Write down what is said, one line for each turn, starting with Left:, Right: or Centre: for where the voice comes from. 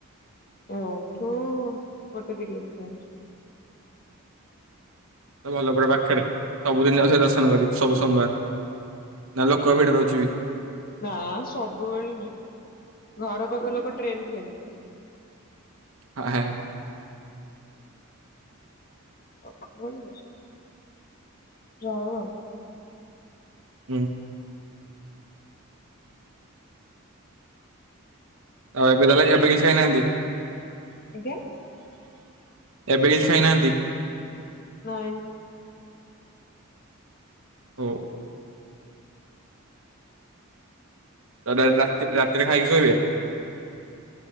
Left: ଏଇଉଠୁ ଗୋଟେ କିଲୋମିଟର ହବ।
Right: ତ ଭଲ ପୁରା ପାଖରେ ସବୁଦିନ ଯାଉଛ ଦର୍ଶନ କରି। ସବୁ ସୋମବାର ନା ଲୋକ ଭିଡ଼ ରହୁଛି ବି।
Left: ନା ସବୁବେଳେ ନାଇଁ, ଘର ପାଖ ଲୋକ ଟ୍ରେନ୍ ଫେଲ୍।
Right: ହା ହେ
Left: <unintelligible> ଯାଉ ଆଉ।
Right: ହୁଁ। ଆଉ ଏବେ କଲେ ଏବେ କିଛି ଖାଇନାହାନ୍ତି।
Left: ଆଜ୍ଞା।
Right: ଏବେ କିଛି ଖାଇନାହାନ୍ତି।
Left: ନାଇଁ।
Right: ହୋଉ। <unintelligible> ରାତିରେ ଖାଇକି ଶୋଇବେ।